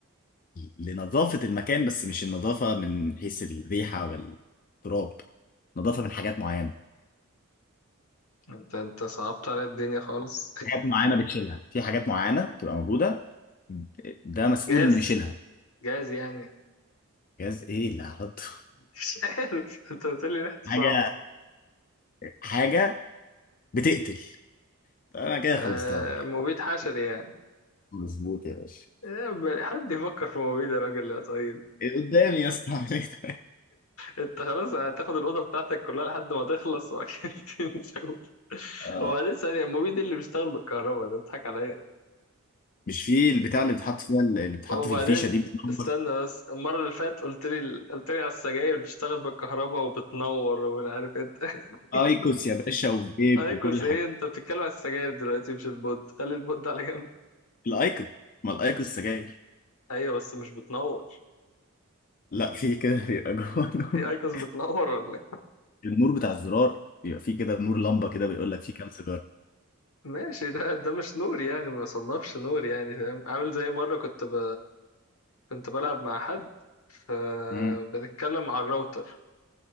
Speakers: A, on the left; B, on the left.
A: لنظافة المكان بس مش النظافة من حيث الريحة والتراب نظافة من حاجات معينة
B: انت انت صعبت على الدنيا خالص
A: حاجات معينة بتشيلها في حاجات معينة بتبقى موجودة ده
B: <laughs>
A: مسؤول
B: جاز
A: انه يشيلها
B: جاز يعني <laughs>
A: جهاز ايه اللي هحطه
B: مش عارف انت بتقولي ريحته
A: <laughs> حاجة
B: صعبة
A: حاجة بتقتل انا كده
B: آه،
A: خلصتها لك
B: مبيد
A: يعني.
B: حشري يعني
A: مظبوط يا باشا
B: إيه، حد يفكر في مبيد يا راجل يا طيب
A: قدامي يا اسطى عليك.
B: انت خلاص هتاخد الاوضه بتاعتك كلها لحد ما تخلص واكيد <laughs> نشوف
A: آه.
B: هو بعدين ثانيه المبيد ده اللي بيشتغل بالكهرباء ده بتضحك عليا
A: مش في البتاع اللي بتحط فيها اللي بتحط
B: وبعدين
A: في الفيشه دي بتنور
B: استنى بس المره اللي فاتت قلت لي قلت لي على السجاير بتشتغل بالكهرباء وبتنور ومش عارف انت <laughs>
A: ايكوس يا باشا وفيب
B: ايكوس
A: وكل الحاجات
B: ايه انت بتتكلم على السجاير دلوقتي مش البود خلي البود ده على جنب
A: الايكوس ما الايكوس سجاير
B: ايوه بس مش بتنور
A: لا في كده <laughs> بيبقى جوه نور
B: في ايكوس بتنور ولا ايه
A: النور بتاع الزرار بيبقى في كده نور لمبه كده بيقول لك في كام سيجاره
B: ماشي ده ده مش نور يعني ما يصنفش نور يعني فاهم عامل زي مره كنت ب... كنت بلعب مع حد فبنتكلم
A: امم
B: على الراوتر